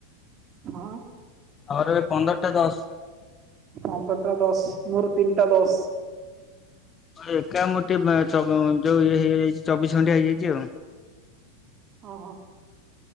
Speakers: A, on the right (about 30°); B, on the left (about 20°).
A: ହଁ
B: ଆମର ଏବେ ପନ୍ଦରଟା ଦଶ।
A: ପନ୍ଦରଟା ଦଶ। ମୋର ତିନିଟା ଦଶ।
B: ଏକା ମ ଟିକେପା ଉ ଅ ଅ ଯୋଉ ଇଏ ହେଇଯାଇଚି ଚବିଶ ଘଣ୍ଟିଆ ହେଇଯାଇଚି ଆଉ।
A: ଓହୋ।